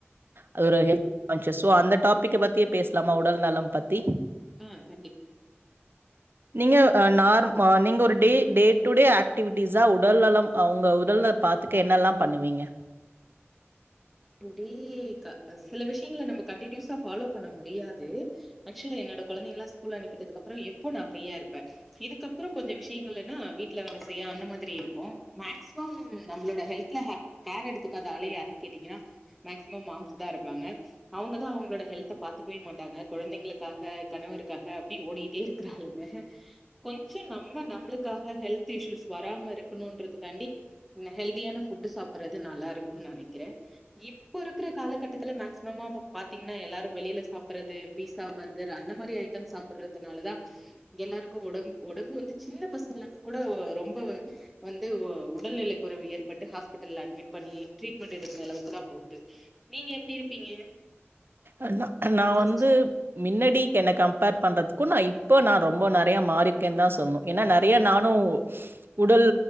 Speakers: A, on the right; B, in the centre.
A: அது ஒரு ஹெல்த் கான்ஷியஸ் சோ அந்த டாபிக் பத்தியே பேசலாமா உடல் நலம் பத்தி
B: ம் கண்டிப்
A: நீங்க நார் நீங்க ஒரு டே டே டு டே ஆக்டிவிட்டிஸா உடல் நலம் உங்க உடல பாத்துக்க என்னல்லா பண்ணுவீங்க
B: டே சில விஷயங்களை நம்ம கண்டனியூஸா ஃபாலோ பண்ண முடியாது ஆக்சுவலா என்னடோ குழந்தைங்களா ஸ்கூல் அனுப்பிட்டது அப்புற எப்போ நா ப்ரீயா இருப்ப இதுக்கப்புற கொஞ்ச விஷயங்கள்னா வீட்ல வேல செய்ய அந்த மாரி இருக்கும் மேக்சிமம் நம்மளோட ஹெல்த்ல கேர் எடுத்துக்காதாலே யாருன்னு கேட்டீங்கன்னா மேக்சிமம் மாம்ஸ் தா இருப்பாங்க அவங்கதா அவங்களோட ஹெல்த பாத்துக்கவே மாட்டாங்க குழந்தைங்களுக்காக கணவருக்காக அப்டி ஓடிட்டே இருக்கு கிராலுங்க கொஞ்ச நம்ம நம்மளுக்காக ஹெல்த் இஷ்யூஸ் வராம இருக்கணுன்றதுக்காண்டி ங்க ஹெல்தியான ஃபுட்டு் சாப்பறது நல்லா இருக்குனு நெனைக்கிறே இப்ப இருக்கிற காலகட்டத்துல மேக்சிமம பாத்தீங்கன்னா எல்லாரு வெளியில சாப்பறது பீஸா பர்கர் அந்த மாரி ஐட்டம் சாப்பிறதுனாலதா எல்லாருக்கு ஒடம்பு ஒடம்பு வந்து சின்ன பசங்களுக்கு கூட ரொம்ப வந்து உடல்நிலை குறைவு ஏற்பட்டு ஹாஸ்பிடல் அட்மிட் பண்ணி ட்ரீட்மெண்ட் எடுக்கிற அளவுக்கு தா போட்டு நீங்க எப்டி இருப்பீங்க
A: அத்தா நா
B: வீட்ல
A: வந்து மின்னடி என்ன கம்பேர் பண்றதுக்கும் நா இப் போ நா ரொம்ப நெறையா மாறியிருக்கேன்னு தா சொல்ணு ஏன்னா நெறைய நானும் உடல்